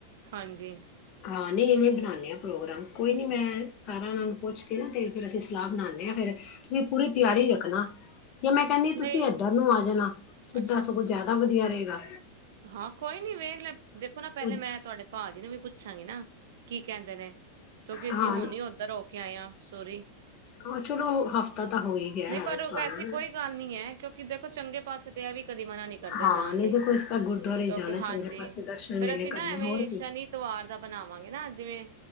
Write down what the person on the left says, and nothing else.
ਹਾਂ, ਨਹੀਂ ਇਵੇਂ ਬਣਾਉਂਦੇ ਹਾਂ ਪ੍ਰੋਗਰਾਮ। ਕੋਈ ਨੀ ਮੈਂ ਸਾਰਾ ਨਾਲ ਪੁੱਛ ਕੇ ਨਾ ਤੇ- ਫਿਰ ਅਸੀਂ ਸਲਾਹ ਬਨਾਦੇ ਹਾਂ, ਫਿਰ ਤੁਸੀਂ ਪੂਰੀ ਤਿਆਰੀ ਰੱਖਣਾ। ਜਾਂ ਮੈਂ ਕਹਿੰਦੀ
ਤੁਸੀਂ ਇੱਧਰ ਨੂੰ ਆ ਜਾਣਾ, ਸਿੱਧਾ
ਸਗੋਂ ਜ਼ਿਆਦਾ ਵਧੀਆ। ਦੇਖਾ ਗਾ
ਉਹ-
ਹਾਂ
ਹਾਂ ਚਲੋ ਹਫ਼ਤਾ ਤਾਂ ਹੋ ਹੀ ਗਿਆ
ਹੈ
ਇਸ ਗੱਲ
ਨੂੰ
ਹਾਂ
ਨਹੀਂ
ਦੇਖੋ ਇਸ ਤਰ੍ਹਾਂ ਗੁਰਦੁਆਰੇ
ਜਾਣਾ
ਚੰਗੇ ਪਾਸੇ ਦਰਸ਼ਨ
ਮੇਲੇ
ਕਰਨੇ
ਹੋਰ
ਕੀ